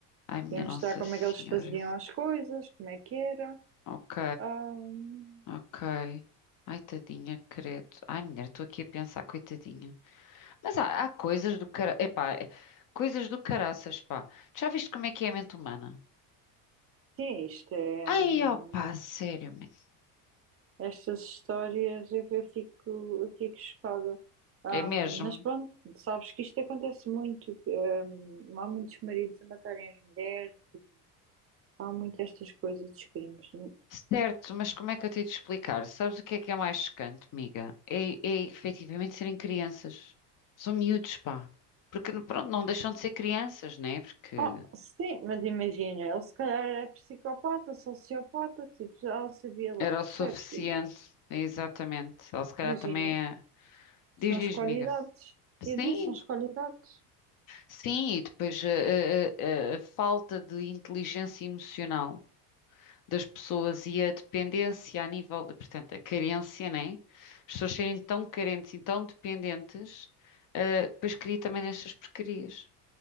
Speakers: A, on the left (about 40°); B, on the right (about 30°).
A: Ai, minha
B: Ia mostrar
A: Nossa
B: como
A: Senhora.
B: é que eles faziam as coisas, como é que era.
A: Ok.
B: Ahm,
A: Ok. Ai, tadinha, credo. Ai, mulher, estou aqui a pensar, coitadinha. Mas há, há coisas do cara... Epá, é- coisas do caraças, pá. Tu já viste como é que é a mente humana?
B: sim, isto é.
A: Ai,
B: hum,
A: ó sério, mano.
B: estas histórias eu, eu fico, eu fico chocada. Ahm,
A: É mesmo?
B: mas pronto, sabes que isto acontece muito. que, ahm, há muitos maridos a matarem as mulheres Há muitas estas coisas dos crimes.
A: Certo, mas como é que eu tenho de explicar? Sabes o que é que é mais chocante, amiga? É, é efetivamente serem crianças. São miúdos, pá. Porque, pronto, não deixam de ser crianças, né? Porque
B: Ah, sim, mas imagina, ele se calhar é psicopata, sociopata, tipo, já o sabia lá,
A: era
B: percebes?
A: o suficiente.
B: E
A: Exatamente. Ela se calhar
B: Imaginem,
A: também é... Diz,
B: se não
A: diz,
B: escolhe
A: amiga.
B: idades.
A: Sim,
B: E disse, não escolhe idades.
A: Sim, e depois eh, eh, eh, a, falta de inteligência emocional das pessoas e a dependência a nível de, portanto, a carência, né? As pessoas serem tão carentes e tão dependentes, eh, depois cria também nestas porcarias,